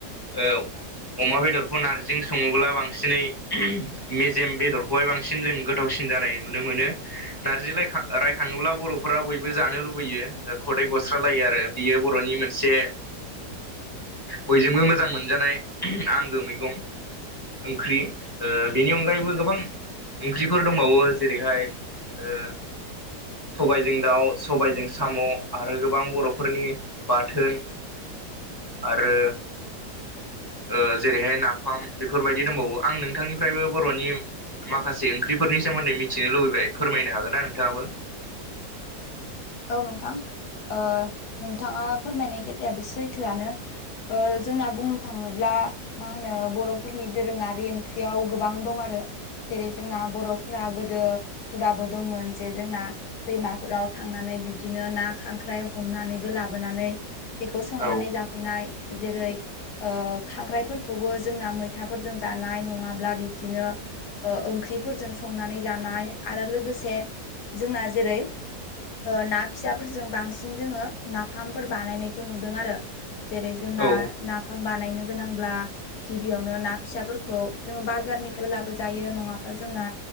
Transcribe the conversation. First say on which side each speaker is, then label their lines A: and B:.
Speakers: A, on the left; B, on the left.
A: ओ अमा बेदरखौ नारजिजों सङोब्ला बांसिनै मेजेम बेदरखौहाय बांसिन जों गोथावसिन जानाय नुनो मोनो नारजिलाय रायखाङोब्ला बर'फोरा बयबो जानो लुबैयो खदै गस्रालायो आरो बियो बर'नि मोनसे बयजोंबो मोजां मोनजानाय आंगो मैगं ओंख्रि ओ बेनि अनगायैबो गोबां ओंख्रिफोर दंबावो जेरैहाय ओ सबायजों दाउ सबायजों साम' आरो गोबां बर'फोरनि बाथोन आरो ओ जेरैहाय नाफाम बेफोरबायदि दंबावो आं नोंथांनिफ्रायबो बर'नि माखासे ओंख्रिफोरनि सोमोन्दै मिथिनो लुबैबाय फोरमायनो हागोन ना नोंथाङाबो
B: औ नोंथां ओ नोंथाङा फोरमायनाय खोथायाबो सैथोआनो ओ जोंना बुंनो थाङोब्ला मा होनो बर'फोरनि दोरोङारि ओंख्रियाव गोबां दं आरो जेरै जोंना बर'फोरा गोदो हुदाबो दंमोन जे जोंना दैमाफोराव थांनानै बिदिनो ना खांख्राय हमनानै लाबोनानै बेखौ संनानै
A: औ
B: जा फैनाय जेरै ओ खांख्राइफोरखौबो जोंना मैथाफोरजों जानाय नङाब्ला बिब्दिनो ओ ओंख्रिफोरजों संनानै जानाय आरो लोगोसे जोंना जेरै ओ ना फिसाफोरजों बांसिन जोङो नाफामफोर बानायनायखौ नुदों आरो जेरै जोंना
A: औ
B: नाफाम बानायनो गोनांब्ला गिबियावनो ना फिसाफोरखौ जोङो बाजारनिफ्रायबो लाबोजायो नङाब्ला जोंना